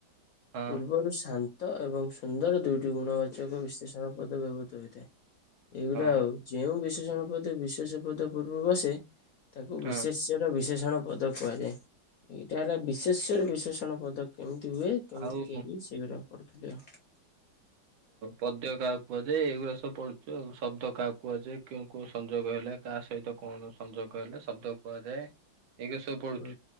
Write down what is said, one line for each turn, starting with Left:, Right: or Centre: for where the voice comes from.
Right: ହଁ
Left: ପୂର୍ବରୁ ଶାନ୍ତି ଏବଂ ସୁନ୍ଦର ଦୁଇ ଗୁଣବାଚକ ବିଶ୍ଳେଷଣ ପଦ ବ୍ୟବହୃତ ହୋଇଥାଏ। ଏଇ ଗୁଡା
Right: ହଁ।
Left: ଯେଉଁ <unintelligible> ଦ ବିଶୋଷ ପଦ ପୂର୍ବରୁ ବସେ। ତାକୁ
Right: ହଁ
Left: ବିଶେସ୍ୟର
Right: ହଁ
Left: ବିଶେଷ ଭୀଷଣ ପଦ କୁହାଯାଏ। ଏଇଟା ହେଲା ବିଶେସ୍ୟର ବିଶେଷ ପ ପଦ କେମିତ୍ ଦୁହେ କେମିତି
Right: ଆଉ
Left: ତିଆରି ସେଗୁଡା କରୁଥିଲି ଆଉ।
Right: ପଦ୍ୟ କାହାକୁ କୁହାଯାଏ। ଏଇଗୁଡା ସବୁ ପଢୁଛୁ ଆ ଶବ୍ଦ କାହାକୁ କୁହାଯାଏ। କେଉ କୋଉ ସଂଯୋଗ ହେଲେ କାହା ସହିତ କଣ ସଂଯୋଗ ହେଲେ ଶବ୍ଦ କୁହାଯାଏ। ଏଇଗୁରା ସବୁ ପଢୁଛୁ।
Left: ହଁ